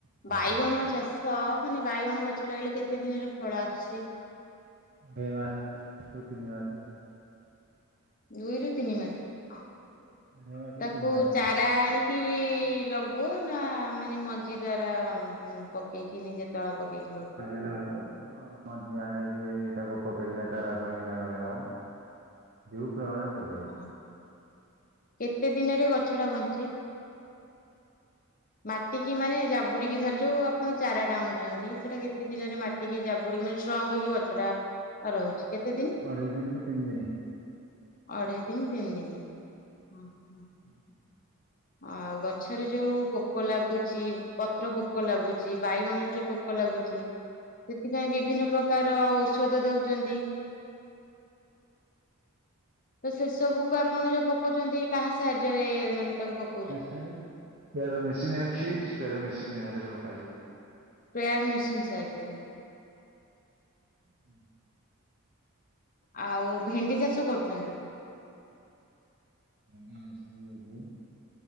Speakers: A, on the right; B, on the left.
A: ଫସଲ
B: ବାଇଗଣ
A: ସବୁ
B: ଚାଷୀ ତ ମାନେ ବାଇଗଣ ଗଛ ଲଗେଇଲେ କେତେ ଦିନରେ ଫଳ ଆସୁଛି?
A: ଦୁଇ ମାସେ ରୁ ତିନି ମାସେ।
B: ଦୁଇରୁ ତିନି ମାସେ,
A: ଅଢେଇ ମାସରୁ
B: ତାକୁ
A: ତିନି ମାସେ
B: ଚାରା ଆଣିକି କି ଲଗୁଅ ନା ମାନେ ମଞ୍ଜି ଦ୍ଵାରା ପ କେଇକି ନିଜେ ତଳପକେଇକି ଲଗଉ?
A: <unintelligible> ଅଁ ମଞ୍ଜି ଆଣିକି ତାକୁ ପକେଇକିନା ଚାରାକୁ ଏଇନା ଲଗେଇଲେ ହବ। ଯୋଉ <unintelligible>
B: ହଁ। କେତେ ଦିନରେ ଗଛ ଟା ବଞ୍ଚେ? ମାଟି କିି ମାନେ ଜାବୁଡିକି ଧରି ଯୋଉ ଆପଣ ଚାରା ଟା ଆଣୁଛନ୍ତି ସେଟା କେତେ ଦିନରେ ମାଟିକି ଯାବୁ ବୁଡିକି ମାନେ ଷ୍ଟ୍ରଙ୍ଗ ହେଇକି ଗଛ ଟା ରହୁଛି କେତେ ଦିନ
A: ଅଢ଼େଇ ଦିନି ରୁ ତିନ ଦିନି।
B: ଅଢେଇ ଦିନ ତିନି ଦିନି। ହୁଁ ହୁଁ।
A: ହୁଁ <inaudible>
B: ଆଉ ଗଛରେ ଯୋଉ ପୋକ ଲାଗୁଚି ପତ୍ର ପୋକ ଲାଗୁଚି ବାଇଗଣରେ ଯୋଉ ପୋକ ଲାଗୁଚି ସେଥିପାଇଁ ବିଭିନ୍ନ ପ୍ରକାର ଓଷଧ ଦଉଚନ୍ତି। ତ ସେ ସବୁକୁ ଆପଣ ଯୋଉ ପକଉଛନ୍ତି କାହା ସାହାଯ୍ୟରେ ମାନେ ତାକୁ ପକଉ
A: ମେସିନି। ସ୍ପେର ମେସିନ୍ ଅଛି। Spare machine <unintelligible> ପକାଯିବ।
B: ସ୍ପେଆର ମେସିନ୍ ସାହାଯ୍ୟ ରେ
A: ହୁଁ <inaudible>
B: ଆଉ ଭେଣ୍ଡି ଚାଷ କରୁଛନ୍ତି।
A: ହଁ ରି ରସଛି <unintelligible>